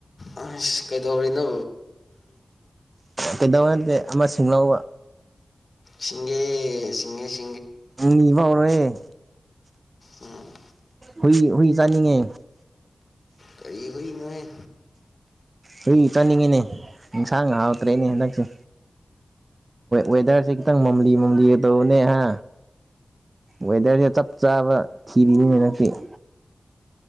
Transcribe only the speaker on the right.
ꯀꯦꯗ <unintelligible> ꯁꯨꯡꯂꯥꯎ
ꯃꯤꯕꯥꯎꯔꯦ <inaudible>
ꯍꯨꯏ ꯍꯨꯏ ꯆꯥꯅꯤꯡꯉꯦ
ꯍꯨꯏ ꯆꯥꯅꯤꯡꯉꯤꯅꯦ ꯏꯟꯁꯥꯡ ꯉꯍꯥꯛꯥꯎ ꯇꯔꯦꯠꯅꯦ ꯍꯟꯗꯛꯁꯦ ꯋꯦꯗꯔꯁꯦ ꯈꯤꯇꯪ ꯃꯝꯂꯤ ꯃꯝꯂꯤ ꯑꯗꯣ ꯄꯨꯅꯦꯍ ꯋꯦꯗꯔꯁꯦ ꯆꯞ ꯆꯥꯕ ꯊꯤꯔꯤꯅꯤ ꯍ ꯅꯛꯇꯤ <unintelligible> ꯗꯣ